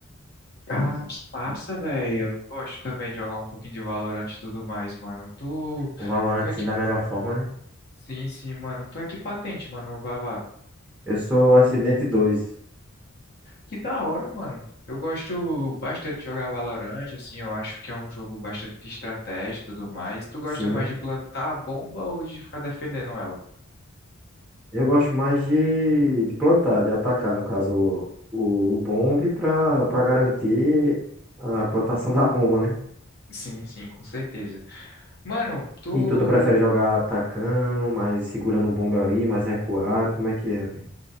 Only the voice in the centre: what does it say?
Um Valorant
assim
da melhor forma, né?
Eu sou Acidente dois.
sim.
Eu gosto mais de, de plantar, de atacar, no caso, o, o, o bombe pra, pra garantir a plantação da bomba, né?
E tu, tu prefere jogar atacando, mais segurando o bombe ali, mais recuado? Como é que é ali?